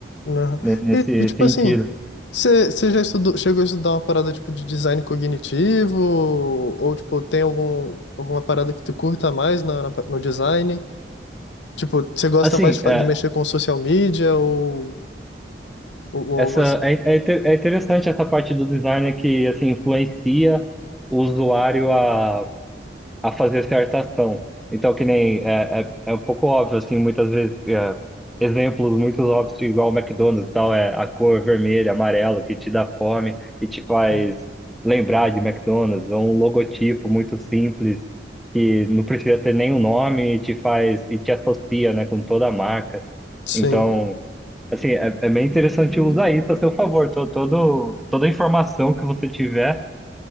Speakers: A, on the left (about 80°); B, in the centre.
A: uhum.
B: ne- nesse
A: E, e, tipo
B: sentido.
A: assim, você você já estudou, chegou a estudar uma parada tipo de design cognitivo? Ou tipo, tem algum, alguma parada que tu curta mais na, na pa- no design? Tipo, você gosta
B: Assim,
A: mais de, fa-
B: é,
A: de mexer com social media ou, ou, ou
B: essa,
A: algo assim?
B: é, é inte- é interessante essa parte do design que, assim, influencia o usuário a a fazer certa ação. Então, que nem é, é, é um pouco óbvio, assim, muitas vezes, é, exemplos muito óbvios, igual o McDonald's e tal, é a cor vermelha, amarelo, que te dá fome e te faz
A: Sim.
B: lembrar de McDonald's, ou um logotipo muito simples, que não precisa ter nenhum nome e te faz, e te associa, né, com toda a marca.
A: Sim.
B: Então, assim, é, é bem interessante usar isso a seu favor, to, todo, toda a informação que você tiver